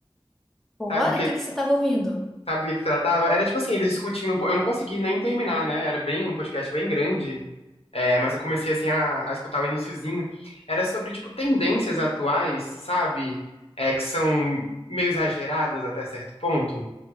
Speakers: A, in the centre; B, on the left (about 85°).
A: bora?
B: sabe, do que
A: O que que você estava ouvindo?
B: Sabe do que que se tratava? Era tipo assim, eles discutindo. um po- Eu não consegui nem terminar, né? Era bem um podcast bem grande. É, mas eu comecei assim a, a escutar o iniciozinho. Era sobre tipo tendências atuais, sabe? É, que são meio exageradas até certo ponto.